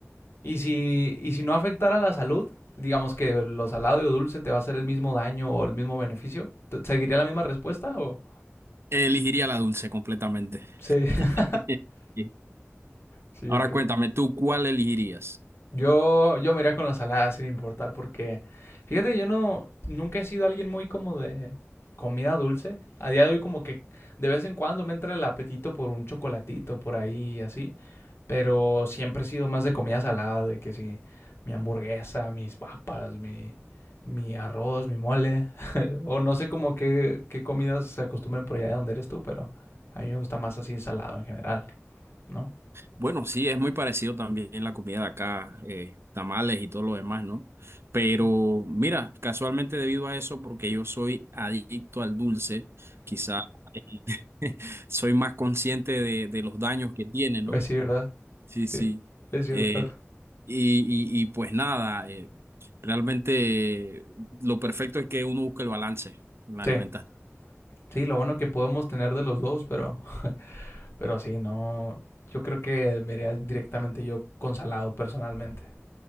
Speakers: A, on the left (about 55°); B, on the right (about 55°).
A: Y si, y si no afectara la salud, digamos que lo salado y lo dulce te va a hacer el mismo daño o el mismo beneficio, ¿te- ¿seguiría la misma respuesta o...?
B: Elegiría la dulce completamente.
A: Sí,
B: <laughs>
A: <laughs>
B: Sí.
A: sí, yo
B: Ahora
A: creo
B: cuéntame, ¿tú cuál elegirías?
A: Yo, yo me iría con la salada sin importar porque fíjate que yo no nunca he sido alguien muy como de comida dulce. A día de hoy como que de vez en cuando me entra el apetito por un chocolatito por ahí así, pero siempre he sido más de comida salada, de que sí, mi hamburguesa, mis papas, mi mi arroz, mi mole <laughs> o no sé como qué qué comidas se acostumbran por allá de donde eres tú, pero a mí me gusta más así ensalado en general, ¿no?
B: Bueno, sí, es muy parecido también la comida de acá, eh, tamales y todo lo demás, ¿no? Pero
A: Sí.
B: mira, casualmente debido a eso, porque yo soy adicto al dulce, quizá eh, <laughs> soy más consciente de, de los daños que tiene, ¿no?
A: Pues sí, ¿verdad?
B: Sí,
A: Sí,
B: sí.
A: es cierto.
B: Eh, y, y, y pues nada, eh, realmente eh, lo perfecto es que uno busque el balance en la
A: Sí,
B: alimentación.
A: sí, lo bueno que podemos tener de los dos, pero, pero sí, no. Yo creo que me iría directamente yo con Salado personalmente,